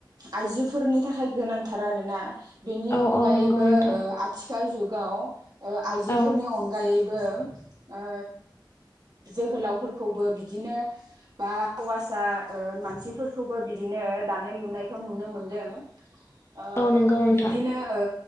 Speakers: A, on the right; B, on the left.
A: आइजोफोरनि थाखाय गोनांथार आरो ना बेनि
B: औ
A: अनगायैबो
B: औ नंगौ नोंथां
A: ओ आथिखाल जुगाव आइजोफोरनि
B: औ
A: अनगायै बो ओ जोहोलावफोरखौबो बिदिनो बा हौवासा ओ मानसिफोरखौबो बिदिनो दानाय-लुनायखौ नुनो मोनदों ओ
B: औ नंगौ नोंथां
A: बिदिनो ओ